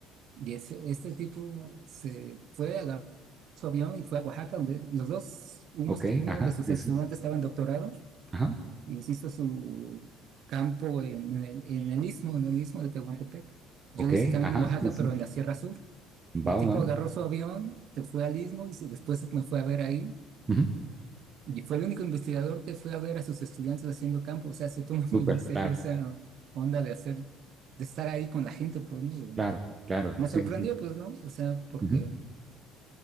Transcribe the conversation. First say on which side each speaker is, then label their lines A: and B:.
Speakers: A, on the right; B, on the right.
A: Y ese, este tipo se fue, agarró su avión y fue a Oaxaca, donde los dos, unos,
B: ok,
A: uno
B: ajá,
A: de sus
B: sí,
A: estudiantes
B: sí,
A: estaba en doctorado
B: ajá,
A: hizo su campo en, en el, en el istmo, en el istmo de Tehuantepec. Yo
B: ok,
A: lo hice también
B: ajá,
A: en Oaxaca,
B: sí, sí,
A: pero en la Sierra Sur. Y
B: va,
A: el tipo
B: va,
A: agarró su avión, se fue al istmo y se- después me fue a ver ahí.
B: ujú,
A: Y fue el único investigador que fue a ver a sus estudiantes haciendo campo. O sea, se toma
B: súper,
A: <laughs> muy en serio
B: claro,
A: esa onda de hacer, de estar ahí con la gente, pues, ¿no? De-
B: claro, claro,
A: me
B: sí,
A: sorprendió,
B: sí, sí,
A: pues, ¿no? O sea, porque...
B: ujú,